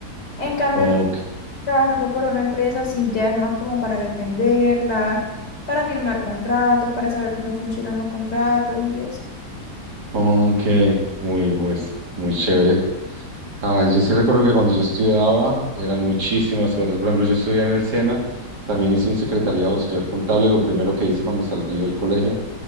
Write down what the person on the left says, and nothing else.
En cambio,
pues, trabajando por una empresa, sí, ya es más como para defenderla, para firmar contratos, para saber cómo funcionan los contratos y eso.